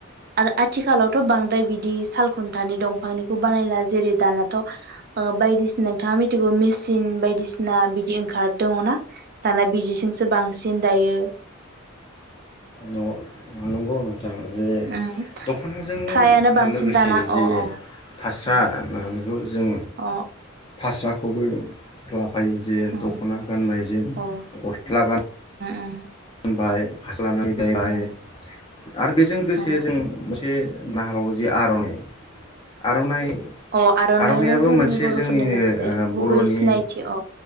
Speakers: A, on the right; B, on the left.
A: आरो आथिखालावथ' बांद्राय बिदि साल खुन्थानि दंफांनिखौ बानायला जेरै दानाथ' बायदिसिना नोंथाङा मिथिगौ मिसिन बायदिसिना बिदि ओंखार दंङना दाना बिदिजोंसो बांसिन दायो
B: गौ नंगौ नोंथां जे
A: उम
B: दख'नाजों
A: फ्रायानो बांसिन
B: लोगोसे
A: दाना
B: जे
A: अ अ
B: फास्रा
A: उम
B: जों
A: अ
B: फासराखौ खौबो लाब फायो जे
A: उम
B: दख'ना गाननायजों
A: अ उम
B: गस्ला गान
A: उम
B: बाय हार
A: उम
B: <unintelligible> आरो बेजों लोगोसे
A: अ
B: जों मोनसे ना हाबावगो जि आर'नाइ आर'नाइ
A: अ आर'नाइानो
B: आर'नाइयाबो
A: जोंनि
B: मोनसे
A: बर'फोरनि
B: जोंनिनो
A: मोनसे गुबै
B: बर'नि
A: सिनायथि अ